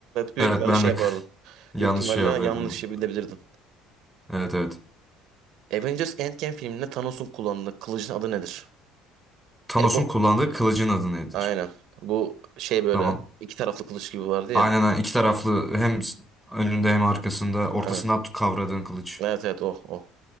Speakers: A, on the right (about 60°); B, in the centre.
A: büyük
B: Evet
A: ihtimalle
B: ben
A: şey
B: de
A: yapardım.
B: <laughs> yanlış
A: Büyük ihtimalle
B: cevap
A: yanlış
B: verdim.
A: bilebilirdim.
B: Evet evet.
A: Avengers Endgame filminde Thanos'un kullandığı kılıcın adı nedir?
B: Thanos'un
A: E bu
B: kullandığı kılıcın adı nedir?
A: aynen. Bu şey böyle
B: Tamam.
A: iki taraflı kılıç gibi vardı ya.
B: Aynen aynen iki taraflı hem önünde hem arkasında ortasından
A: Aynen.
B: tut- kavradığın kılıç.
A: Evet evet o o.